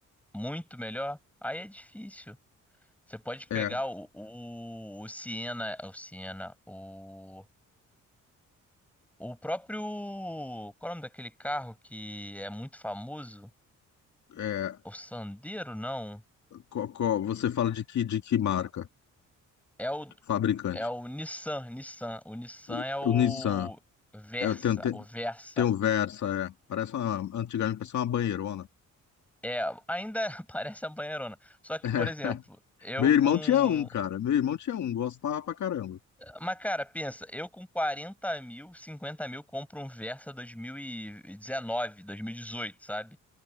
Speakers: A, in the centre; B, on the left.
A: muito melhor, aí é difícil. Você pode pegar
B: É,
A: o, o, o Siena, o Siena, o, o próprio, qual é o nome daquele carro que é muito famoso?
B: é, é,
A: O Sandero, não.
B: co- co- você fala de que, de que marca?
A: É o,
B: Fabricante.
A: É o Nissan, Nissan. O Nissan
B: E-
A: é o
B: O Nissan.
A: Versa,
B: Eu tenho, te-
A: o Versa.
B: tenho Versa, é. Parece uma, antigamente parecia uma banheirona.
A: É, ainda <laughs> parece uma banheirona. Só que,
B: <laughs>
A: por exemplo, eu
B: Meu irmão
A: com.
B: tinha um, cara. Meu irmão tinha um, gostava pra caramba.
A: Mas, cara, pensa, eu com 40 mil, 50 mil compro um Versa 2019, 2018, sabe?